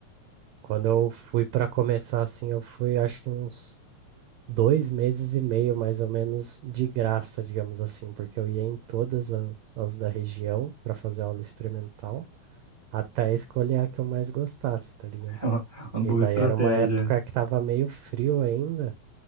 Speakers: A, on the right (about 75°); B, on the right (about 25°).
A: quando eu fui pra começar assim, eu fui acho que uns dois meses e meio, mais ou menos, de graça, digamos assim, porque eu ia em todas a- as da região pra fazer aula experimental, até escolher a que eu mais gostasse, tá ligado?
B: <laughs> É uma, uma
A: E
B: boa
A: daí
B: estratégia.
A: era uma época que tava meio frio ainda,